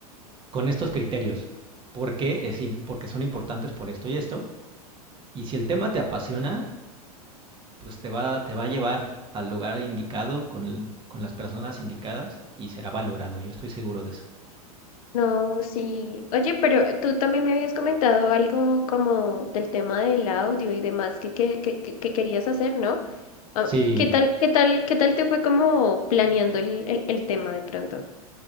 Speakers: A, on the right; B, on the left.
A: con estos criterios. ¿Por qué? Es porque son importantes por esto y esto. Y si el tema te apasiona, pues te va, te va a llevar al lugar indicado con, el, con las personas indicadas y será valorado. Yo estoy seguro de eso.
B: No, sí. Oye, pero tú también me habías comentado algo como del tema del audio y demás que, que, que, que- que querías hacer, ¿no? Ah,
A: Sí,
B: ¿qué tal, qué tal, qué tal te fue como planeando el, el, el tema de pronto?